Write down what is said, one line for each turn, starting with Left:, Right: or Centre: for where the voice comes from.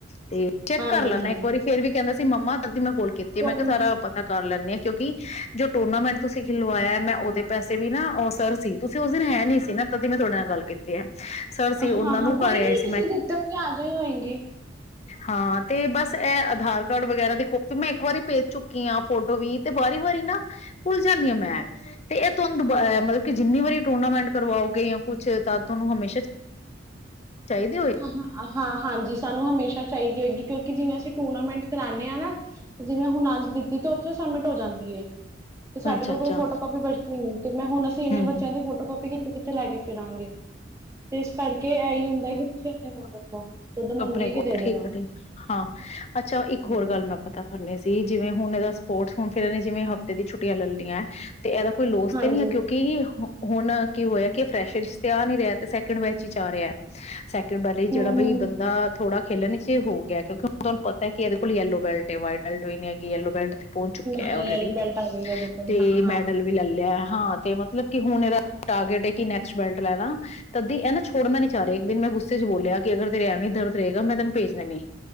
Left: ਤੇ ਚੈੱਕ
Right: ਹਾਂਜੀ
Left: ਕਰ ਲੈਂਣਾ
Right: ਹਾਂਜੀ
Left: ਇੱਕ ਵਾਰੀ ਫੇਰ ਵੀ। ਕੈੰਦਾ ਸੀ, ਮੰਮਾ! ਤਦੀ ਮੈਂ ਕੋਲ ਤੇ
Right: ਕੋਈ
Left: ਮੈਂ ਕਿਆ
Right: ਨੀ
Left: ਸਾਰਾ ਪਤਾ ਕਰ ਲੈਂਣੇ ਆਂ, ਕਿਉਂਕਿ ਜੋ ਟੂਰਨਾਮੈਂਟ ਤੁਸੀਂ ਖਿਲੋ ਵਾਇਆ ਮੈਂ ਔਦੇ ਪੈਸੇ ਵੀ ਨਾ ਔ ਸਰ ਸੀ, ਤੁਸੀਂ ਉਸ ਦਿਨ ਹੈ ਨੀ ਸੀ ਨਾ, ਤਦੀ ਮੈਂ ਤੁਹਾਡੇ ਨਾਲ ਗੱਲ ਕੀਤੀ ਹੈ। ਸਰ ਸੀ
Right: ਹਾਂ,
Left: ਉਹਨਾਂ
Right: ਹਾਂ,
Left: ਨੂੰ
Right: ਕੋਈ
Left: ਘਰ ਆਏ
Right: ਨੀ
Left: ਸੀ
Right: ਤੁਸੀਂ
Left: ਮੈਂ
Right: ਦਿੱਤੇ ਹੋਏਗੇ ਆ ਗਏ ਹੋਂਗੇ।
Left: ਹਾਂ, ਤੇ ਬਸ! ਐ ਆਧਾਰ ਕਾਰਡ ਵਗੈਰਾ ਦੀ ਕਾਪੀ ਮੈਂ ਇੱਕ ਵਾਰੀ ਭੇਜ ਚੁੱਕੀ ਆਂ। ਫੋਟੋ ਵੀ, ਤੇ ਵਾਰੀ ਵਾਰੀ ਨਾ ਭੁੱਲ ਜਾਂਣੀ ਆਂ ਮੈਂ, ਤੇ ਐ ਤੁਵਾਨੁ ਦੁਬਾ ਅ ਮਤਲਬ ਕਿ ਜਿੰਨੀ ਵਾਰੀ ਐ ਟੂਰਨਾਮੈਂਟ ਕਰਵਾਓਗੇ ਯਾ ਕੁਛ ਤਾਂ ਤੁਵਾਨੂੰ ਹਮੇਸ਼ਾ ਚਾਹੀਦੇ ਹੋਏ
Right: ਹਾਂ, ਹਾਂਜੀ, ਸਾਨੂੰ ਹਮੇਸ਼ਾ ਚਾਹੀਦੀ ਹੋਏਗੀ ਕਿਉਂਕਿ ਜਿਵੇਂ ਅਸੀਂ ਟੂਰਨਾਮੈਂਟ ਕਰਾਂਨੇ ਆਂ, ਨਾ, ਤੇ ਜਿਵੇਂ ਹੁਣ ਅੱਜ ਦਿੱਤੀ ਤੇ ਔਥੇ ਸਬਮਿਟ ਹੋ ਜਾਂਦੀ ਏ। ਤੇ ਸਾਡੇ
Left: ਅੱਛਾ
Right: ਕੋਲ
Left: ਅੱਛਾ
Right: ਕੋਈ ਫੋਟੋ ਕਾਪੀ ਬਚਦੀ ਨੀ ਤੇ ਮੈਂ ਹੁਣ ਅਸੀਂ ਇੰਨੇ
Left: ਹਮ ਹਮ
Right: ਬੱਚਿਆਂ ਦੀ ਫੋਟੋ ਕਾਪੀ ਕੀਤ ਤੇ ਕਿੱਥੇ ਲੈ ਕੇ ਫਿਰਾਂਗੇ। ਤੇ ਇਸ ਕਰਕੇ ਐਹੀ ਹੁੰਦੈ ਕਿ ਤੁਸੀਂ ਆਪਣੇ ਕੋਲ
Left: ਆ
Right: ਰੱਖੋ ਜਦੋਂ ਮੰਗੇਗੀ
Left: ਅਪਣੇ ਕੋਲ
Right: ਦੇ ਦੇਣਾ
Left: ਠੀਕ ਹੈ ਠੀਕ ਹੈ। ਹਾਂ, ਅੱਛਾ ਇੱਕ
Right: ਹੂੰ
Left: ਹੋਰ ਗੱਲ ਮੈਂ ਪਤਾ ਕਰਨੀ ਸੀ ਜਿਵੇਂ ਹੁਣ ਐਦਾ ਸਪੋਰਟਸ ਹੁਣ ਫੇਰ ਐਨੇ ਜਿਵੇਂ ਹਫ਼ਤੇ ਦੀ ਛੁੱਟਿਆਂ ਲੈ ਲਈਐਂ ਤੇ ਐਦਾ ਕੋਈ ਲੋਸ
Right: ਹਾਂਜੀ
Left: ਤੇ ਨੀ ਐ, ਕਿਉਂਕਿ ਹੁਣ ਕੀ ਹੋਯੈ ਕਿ ਫਰੈਸ਼ਰ ਤੇ ਆ ਨੀ ਰਿਆ ਐ ਤੇ ਸੈਕਿੰਡ ਬੈਚ ਇਚ ਆ ਰਿਐ। ਬਾਰੇ ਜਿਹੜਾ
Right: ਹੂੰ-ਹੂੰ
Left: ਬਈ ਬੰਦਾ ਥੋੜਾ ਖੇਲਣ ਚ ਹੋ ਗਿਐ, ਕਿਉਂਕਿ ਹੁਣ ਤੁਹਾਨੂੰ ਪਤੈ ਕਿ ਐਦੇ ਕੋਲੋ ਯੈਲੋ ਬੈਲੱਟ ਏ ਵਾਈਟ ਬੈਲੱਟ ਵੀ ਨੀ ਹੈ। ਯੈਲੋ ਬੈਲਟ ਤੇ ਪੋਚ ਚੁੱਕਿਐ
Right: ਹਾਂ
Left: ਔਲਰੇਡੀ
Right: ਯੈਲੋ ਬੈਲਟ ਆ ਗਈ ਇਹਦੇ ਕੋਲ
Left: ਤੇ
Right: ਹਾਂ-ਹਾਂ
Left: ਮੈਡਲ ਵੀ ਲੈ ਲਿਐ। ਹਾਂ ਤੇ ਮਤਲਬ ਕਿ ਹੁਣ ਇਹਦਾ ਟਾਰਗੇਟ ਹੈ ਕਿ ਨੈਕਸਟ ਬੈਲਟ ਲੈਣਾ, ਤਦੀ ਇਹ ਨਾ ਛੋੜਨਾ ਨੀ ਚਾਹ ਰਿਹਾ ਇੱਕ ਦਿਨ ਮੈਂ ਗੁੱਸ ਚ ਬੋਲਿਆ ਕਿ ਅਗਰ ਤੇਰੇ ਐਵੇਂ ਦਰਦ ਰਹੇਗਾ ਮੈਂ ਤੈਨੂੰ ਭੇਜਣਾ ਈ ਨੀ